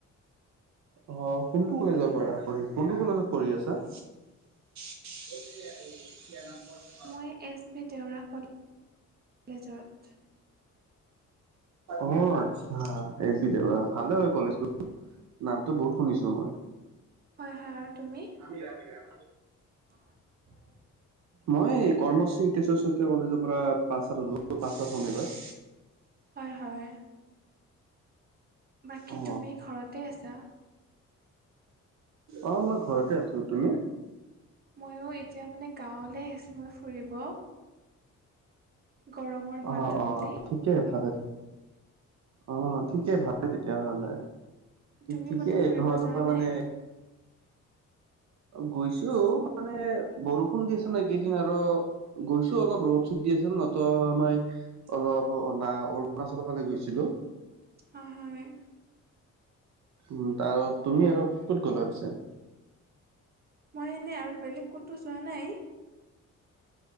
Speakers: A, on the right; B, on the right.
A: অ কোনটো কলেজৰ পৰা পঢ়ি কোনটো কলেজত পঢ়ি আছা? <unintelligible>
B: মই এছ বি দেওৰা কল লেজত
A: অ আচ্ছা এইচ বি দেওৰা ভালে হয় কলেজটো। নামতো বহুত শুনিছো মই।
B: হয় হয় আৰু তুমি
A: আমি ৰাতি যাম
B: <unintelligible>
A: মই কৰ্মশ্ৰী হিতেশ্বৰ শইকীয়া কলেজৰ পৰা <unintelligible> পাছত হম এইবাৰ
B: হয়, হয়। বাকী
A: অ
B: তুমি ঘৰতে আছা?
A: অঁ মই ঘৰতে আছো, তুমি?
B: ময়ো এতিয়া মানে গাঁৱলৈ আহিছো মই ফুৰিব। গৰমৰ
A: অ',
B: বন্ধ
A: অ',
B: বুলি।
A: ঠিকে ভালে, অঁ ঠিকে ভালে তেতিয়াহ'লে।
B: তুমি
A: ঠিকেই
B: ক'তো ফুৰিব
A: তোমালোকৰ
B: যোৱা নাই?
A: মানে- গৈছো মানে বৰষুণ দি আছে ন এইকেইদিন আৰু। গৈছো অলপ ৰ'দ চদ দি আছে ন নহ ত আমই অলপা। অৰুণাচলৰ ফালে গৈছিলোঁ।
B: হয়, হয়।
A: উম ত আৰু তুমি আৰু ক'ত গ'লা পিছে?
B: মই এনেই আৰু বেলেগ ক'তো যোৱা নাই।